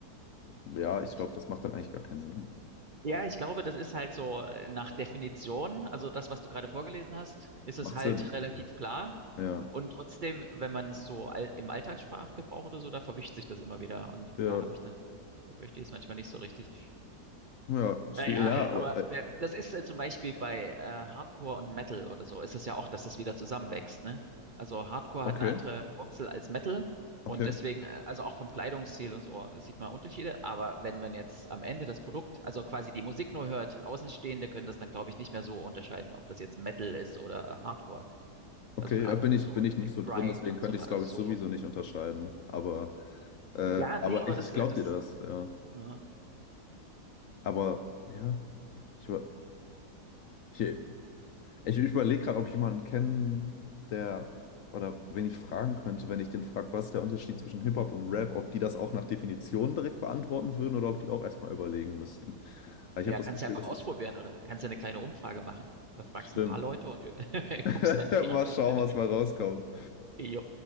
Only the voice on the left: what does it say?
Ja, ich
glaube, das macht dann eigentlich gar keinen Sinn.
Macht
Sinn.
Ja,
ja,
ja,
ja, schwierig,
ja, aber
äh,
okay,
okay,
okay,
ja, bin
ich,
bin ich nicht
so
drin, deswegen
könnte
ich
es, glaube ich,
sowieso nicht unterscheiden. Aber, äh,
aber
ich,
ich
glaube
dir das, ja.
Aber, ja, ich, über- ich, ich überlege gerade, ob ich jemanden kenne, der, oder wen ich fragen könnte, wenn ich den frage, was ist der Unterschied zwischen Hip-Hop und Rap, ob die das auch nach Definition direkt beantworten würden oder ob die auch erstmal überlegen müssten. Aber ich
habe das
Gefühl,
das
ist,
stimmt.
<laughs>
Mal schauen,
was mal rauskommt.